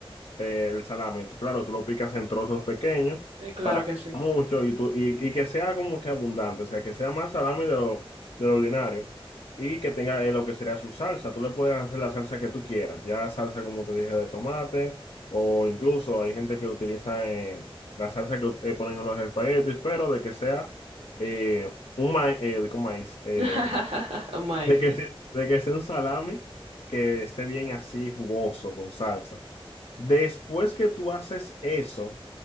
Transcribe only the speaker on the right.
claro
que
sí.
<laughs> Maíz.